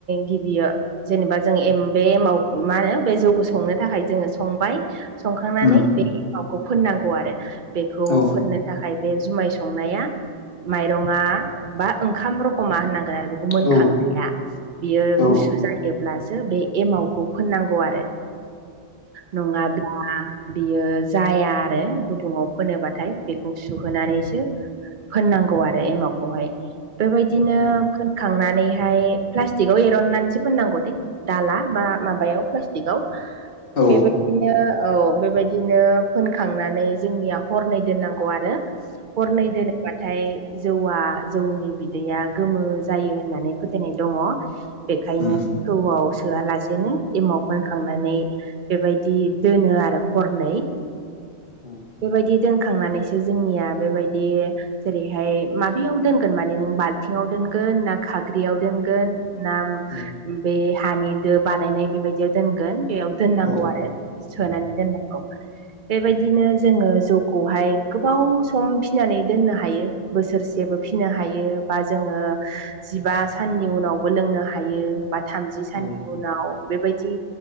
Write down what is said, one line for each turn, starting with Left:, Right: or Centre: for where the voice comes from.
Right: गिबियो जेनेबा जों एम बे एमाव मा होनो बे जौखौ संनो थाखाय जोंङो संबाय संखांनानै
Left: उम
Right: बे एमावखौ फोननांगौ आरो बेखौ
Left: औ
Right: फोननो थाखाय बे जुमाय संनाया माइरंङा बा ओंखाम रखमा होननांगोन आरो बे खौ मोनखांनाया
Left: औ
Right: बियो
Left: औ
Right: गुसु जायोब्लासो बे एमावखौ फोननांगौ आरो। नंङाब्ला बियो जाया आरो गुदुंङाव फोनोबाथाय। बेखौ सुहोनानैसो फोननांगौ आरो एमावखौहाय। बेबायदिनो
Left: उम
Right: फोनखांनानैहाय प्लास्टिकआव एरननानैसो फोननांगौ दे। दाला बा माबायाव प्लास्टिकआव
Left: औ
Right: बेबायदिनो औ बेबाय दिनो फोनखांनानै जोंनिया हरनै दोननांगौ आरो हरनै दोन बाथाय जौआ जौनि बिदैया गोमो जायो होननानै फोथायनाय दंङ। बेखायनो
Left: उम
Right: थौआव सोआलासेनो एमाव फोनखांनानै बेबायदि दोनो आरो हरनै
Left: उ <inaudible>
Right: बेबायदि दोनखांनानैसो जोंनिया बेबायदि जेरैहाय माबेयाव दोनगोन माने नों बाल्थिंआव दोनगोन ना खाग्रियाव दोनगोन ना
Left: औ
Right: बे हानि दो बानायनाय बेबायदियाव दोनगोन बेयाव दोननांगौ
Left: औ उम
Right: आरो सोनानै दोननांगौ बेबायदिनो जोंङो जौखौहाय गोबाव सम फिनानै दोननो हायो बोसोरसेबो फिनो हायो। बा जोंङो जिबा साननि उनावबो लोंनो हायो बा थामजि साननि
Left: औ
Right: उनाव बेबायदि